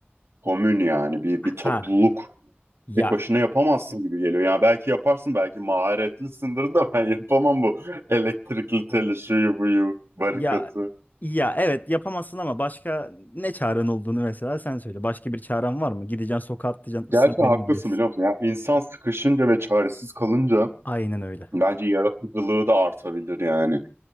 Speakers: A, on the right; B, on the left.
A: Komün yani bir, bir topluluk.
B: Ha ya
A: Tek başına yapamazsın gibi geliyor. Yani belki yaparsın, belki maharetlisindir de ben yapamam bu elektrikli teli, şuyu buyu, barikatı.
B: ya ya evet yapamazsın ama başka ne çaren olduğunu mesela sen söyle. Başka bir çaren var mı? Gideceksin sokağa atlayacaksın ısırın
A: Gerçi haklısın
B: beni mi diyeceksin?
A: biliyor musun? Ya insan sıkışınca ve çaresiz kalınca
B: Aynen öyle.
A: bence yaratıcılığı da artabilir yani.